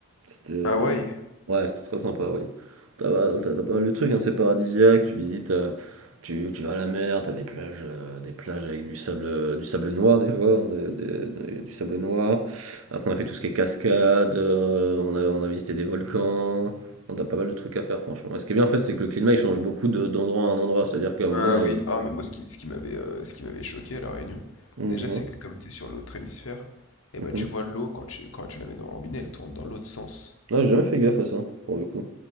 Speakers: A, on the right (about 80°); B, on the left (about 80°).
A: C'était,
B: Ah ouais?
A: c'était- ouais, c'était très sympa, Hawaï. T'as bah, t'as- t'as pas mal de trucs, hein, c'est paradisiaque, tu visites, euh, tu, tu vas à la mer, t'as des plages, euh, des plages avec du sable, euh, du sable noir, des fois, hein, des- des- des- du sable noir. Après, on a fait tout ce qui est cascade, euh, on a, on a visité des volcans, on a pas mal de trucs à faire, franchement. Et ce qui est bien, en fait, c'est que le climat, il change beaucoup de- d'endroit à un endroit, c'est-à-dire qu'à un moment,
B: Ah
A: on est.
B: oui. Ah mais moi ce qui, ce qui m'avait euh, ce qui m'avait choqué à La Réunion,
A: Hum,
B: déjà
A: dis-moi.
B: c'est que comme t'es sur l'autre hémisphère, et
A: Mhm.
B: bah tu vois l'eau quand tu quand tu la mets dans le robinet, elle tourne dans l'autre sens.
A: Ah, j'ai jamais fait gaffe à ça, pour le coup.